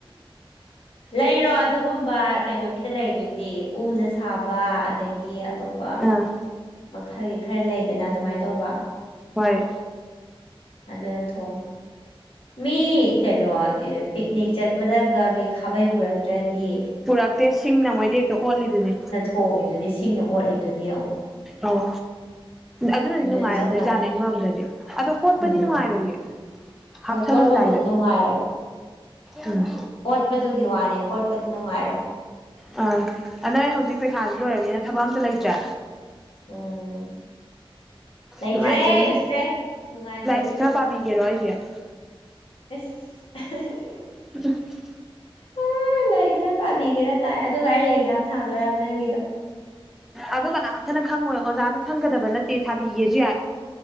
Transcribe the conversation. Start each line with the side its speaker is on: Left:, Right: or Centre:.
Left: ꯂꯩꯔꯣ ꯑꯗꯨꯒꯨꯝꯕ ꯀꯩꯅꯣꯒꯤꯗ ꯂꯩꯗꯨꯗꯤ ꯎꯅ ꯁꯥꯕ ꯑꯗꯒꯤ ꯑꯇꯣꯞꯄ
Centre: ꯑꯥ
Left: ꯃꯈꯜ ꯈꯔ ꯂꯩꯗꯅ ꯑꯗꯨꯃꯥꯏꯅ ꯇꯧꯕ
Centre: ꯍꯣꯏ
Left: ꯑꯗꯨꯅ ꯊꯣꯡ ꯃꯤ ꯀꯩꯅꯣ ꯄꯤꯛꯅꯤꯛ ꯆꯠꯄꯗꯒ ꯃꯤ ꯈꯥꯕꯩ ꯄꯨꯔꯛꯇ꯭ꯔꯗꯤ
Centre: ꯄꯨꯔꯛꯇꯦ ꯁꯤꯡꯅ ꯃꯣꯏꯗ ꯍꯦꯛꯇ ꯑꯣꯠꯂꯤꯗꯨꯅꯦ
Left: ꯊꯣꯡꯏꯗꯨꯅꯤ ꯁꯤꯡꯅ ꯑꯣꯠꯂꯤꯗꯨꯅꯦ ꯌꯦꯉꯣ
Centre: ꯑꯧ ꯑꯗꯨꯅꯗꯤ
Left: ꯑꯗꯨꯁꯨ
Centre: ꯅꯨꯡꯉꯥꯏꯔꯝꯗꯣꯏꯖꯅꯤ
Left: ꯆꯞ ꯃꯥꯟꯅꯩ
Centre: ꯑꯃꯔꯣꯝꯗꯗꯤ ꯑꯗꯨ ꯀꯣꯠꯄꯗꯤ
Left: ꯎꯝ
Centre: ꯅꯨꯡꯉꯥꯏꯔꯣꯏꯌꯦ
Left: ꯍꯣꯏ
Centre: ꯍꯥꯞꯊꯔꯝꯗꯥꯏꯗ
Left: ꯀꯣꯠꯄꯕꯨꯗꯤ ꯅꯨꯡꯉꯥꯏꯔꯣꯏ
Centre: ꯎꯝ
Left: ꯑꯣꯠꯄꯗꯨꯒꯤ ꯋꯥꯅꯤ ꯀꯣꯠꯄꯗꯤ ꯅꯨꯡꯉꯥꯏꯔꯣꯏ
Centre: ꯑꯥ ꯑꯗꯨ ꯅꯪ ꯑꯩ ꯍꯧꯖꯤꯛ ꯄꯩꯈꯥꯥꯁ ꯂꯣꯏꯔꯕꯅꯤꯅ ꯊꯕꯛ ꯑꯝꯇ ꯂꯩꯇ꯭ꯔꯦ
Left: ꯎꯝ ꯂꯩꯇ꯭ꯔꯦ
Centre: ꯅꯨꯡꯉꯥꯏꯖꯔꯤ
Left: ꯂꯩꯇ꯭ꯔꯦ ꯅꯨꯡꯉꯥꯏꯖꯔꯤꯅꯤ
Centre: ꯂꯥꯏꯔꯤꯛꯁꯦ
Left: ꯑꯩꯈꯣꯏ
Centre: <unintelligible>
Left: <unintelligible>
Centre: <inaudible>
Left: ꯑꯣ ꯂꯥꯏꯔꯤꯛ ꯈꯔ ꯄꯥꯕꯤꯒꯦꯔꯥ ꯇꯥꯏ ꯑꯗꯨꯒ ꯑꯩꯅ ꯑꯦꯛꯖꯥꯝ ꯊꯥꯗꯣꯔꯕ ꯅꯪꯒꯤꯗꯣ
Centre: ꯑꯗꯨ ꯀꯅꯥꯝꯇꯅ ꯈꯪꯉꯣꯏ ꯑꯣꯖꯥꯅ ꯈꯪꯒꯗꯕ ꯅꯠ ꯇꯦ ꯊꯥꯕꯤꯒꯦꯁꯨ ꯌꯥꯏ